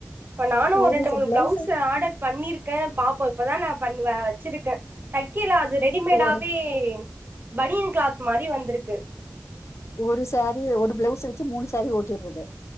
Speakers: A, on the right; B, on the left.
A: இப்ப நானு
B: ஒரு
A: ரெண்டு மூணு
B: பிளவுஸ்
A: ப்ளவுஸ்ஸ ஆடர் பண்ணிருக்கே பாப்போ இப்பதா நா பண்ணுவ வச்சிருக்கே தக்கிலா அது ரெடிமேடாவே
B: ஒரு
A: பனியன் க்ளாத் மாரி வந்துருக்கு
B: ஒரு சாரீ ஒரு ப்ளவுஸ் வச்சு மூணு சாரீ ஓட்டிடுறது